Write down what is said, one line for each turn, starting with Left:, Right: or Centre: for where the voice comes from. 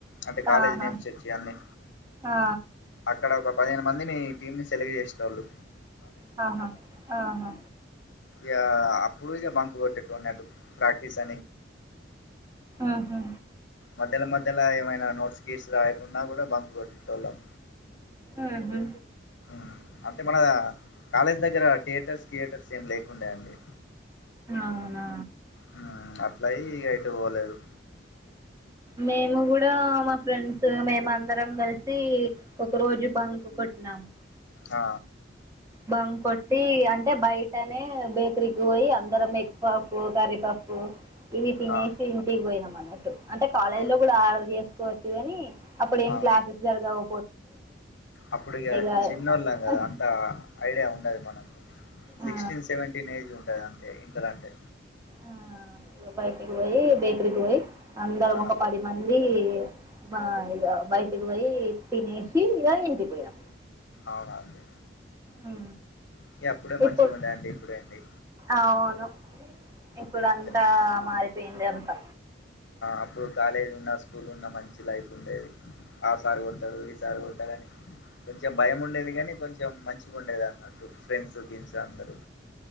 Left: అంటే కాలేజీ
Right: ఆహా
Left: నేమ్స్ వచ్చివన్నీ
Right: ఆ
Left: అక్కడ ఒక పదిహేను మందినీ టీమ్ని సెలెక్ట్ చేసెటోళ్ళు
Right: ఆహా ఆహా
Left: యా అప్పుడు ఇగ బంకు కొట్టేటోన్ని అటు ప్రాక్ <unintelligible>
Right: ఉహు
Left: మద్యల మధ్య మద్యాలా ఏమైనా నోట్స్ గీస్ రాయకుండా కూడా బంక్ కొట్టేటోళ్ళం
Right: ఆహా
Left: మ్ అంటే మన కాలేజ్ దగ్గర థియేటర్స్ కియేటర్స్ ఏమి లేకుండ అండి
Right: అవునా
Left: హు అట్లాయి ఎటు పోలేదు
Right: మేము కూడా మా ఫ్రెండ్స్ మేము అందరం కలిసి ఒక రోజు బంక్ కొట్టినా నామ్
Left: ఆ
Right: బంక్ కొట్టి అంటే బయటనే బేకరీకి పోయి అందరం ఎగ్ పప్ కర్రి పప్పు ఓ ఇవి తినేసి
Left: ఆ
Right: ఇంటికి పోయినాం అన్నట్టు అంటే కాలేజ్
Left: అవు
Right: లో కూడా ఆర్డర్ చేసుకోవచ్చు కానీ అప్పుడు ఏం
Left: ఆ
Right: క్లాసెస్ జరగవు
Left: అప్పుడు ఇగ
Right: ఆ
Left: చిన్నోళ్ళం కదా అంతా ఐడియా ఉండదు మనకు సిక్స్టీన్
Right: ఆ
Left: సెవెంటీన్ ఏజ్ ఉంటది అంటే ఇంటర్ అంటే
Right: ఆ ఇగ బయటికి పోయి బేకరీకి పోయి అందరం
Left: ఆ
Right: ఒక పది మంది బ ఇగ బయటికి పోయి తినేసి ఇక ఇంటికి పోయాం
Left: అవునా అండి
Right: ఊ
Left: ఇగ అప్పుడే మంచిగుండే
Right: ఇప్పుడు
Left: అండి ఇప్పుడేంటి
Right: అవును ఇప్పుడ అంతా
Left: చ
Right: మారిపోయింది అంతా
Left: అప్పుడు కాలేజ్ ఉన్న స్కూల్ ఉన్న మంచి లైఫ్ ఉండేది ఆ సార్ కొడతడు ఈ సార్ కొడతడు కొంచెం భయం ఉండేది గానీ కొంచెం మంచిగా ఉండేది అన్నట్టు ఫ్రెండ్స్ గిన్స్ అందరు